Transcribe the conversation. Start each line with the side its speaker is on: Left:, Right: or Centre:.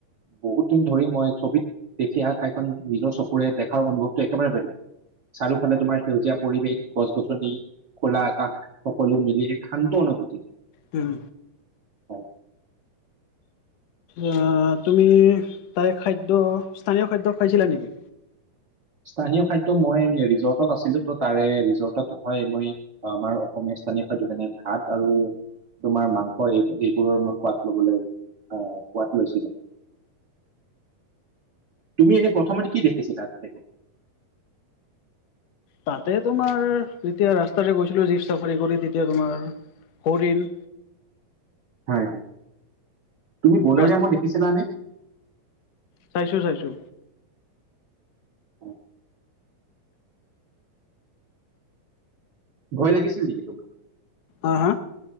Right: বহুত দিন ধৰি মই ছবিত দেখি আহা ঠাইখন নিজৰ চকুৰে দেখাৰ অনুভৱটো একেবাৰে বেলেগ। চাৰিওফালে তোমাৰ সেউজীয়া পৰিৱেশ গছ গছনি খোলা আকাশ সকলো মিলি এক শান্ত অনুভূতি।
Left: উম।
Right: <inaudible>
Left: অঁ, তুমি তাৰে খাদ্য স্থানীয় খাদ্য খাইছিলা নেকি?
Right: স্থানীয় খাদ্য মই ৰিজৰ্টত আছিলো, ত তাৰে ৰিজৰ্টত হয় মই আমাৰ অসমীয়া স্থানীয় হয়তো যোনে ভাত আৰু তোমাৰ মাংস এইব এইবোৰৰ মই সোৱাদ লবলৈ আঁহ সোৱাদ লৈছিলো। তুমি এনেই প্ৰথমতে কি দেখিছিলা তাতে গৈ?
Left: তাতে তোমাৰ যেতিয়া ৰাস্তাৰে গৈছিলোঁ জীপ চাফাৰী কৰি, তেতিয়া তোমাৰ হৰিণ
Right: হয় হয়, তুমি বনৰীয়া
Left: ৰা
Right: মহ দেখিছিলানে?
Left: চাইিছো চাইছো।
Right: অঁ ভয় লাগিছিল নেকি তোমাৰ?
Left: অঁ হা।